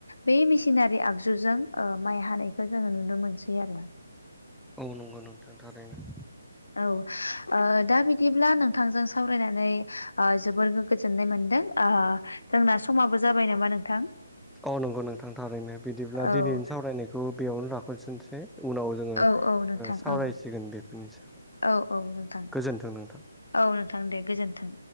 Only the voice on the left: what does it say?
बे मेसिनारि आगजुजों ओ माइ हानायखौ जोङो नुनो मोनसै आरो।
औ ओ दा बिदिब्ला नोंथांजों सावरायनानै आ जोबोर गोजोननाय मोनदों। आ जोंना समाबो जाबाय नामा नोंथां?
औ
औ औ नोंथां
औ
औ औ नोंथां
औ नोंथां दे गोजोन्थों।